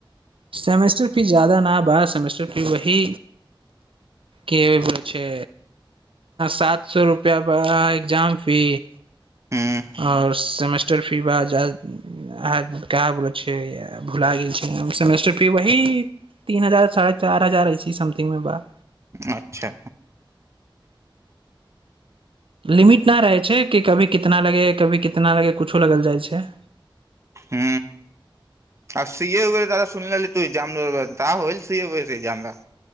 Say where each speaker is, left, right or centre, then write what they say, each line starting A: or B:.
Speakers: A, on the right; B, on the right.
A: सेमेस्टर फी ज्यादा नहि बा सेमेस्टर फी वही के बोलै छै सात सौ रुपैया बा एग्जाम फी
B: हूँ
A: आओर सेमेस्टर फी का बोल भुला गेल छैय फी वही तीन हजार साढ़े चार हजार समथिंग मे बा
B: अच्छा
A: लिमिट नहि रहै छै कि कभी कितना लगे कभी कितना लगे कछो लगल जाइ छै
B: ह आ सीए उए दा सुनली तू एग्जाम देबय बा का होली सीए उए के एग्जाम बा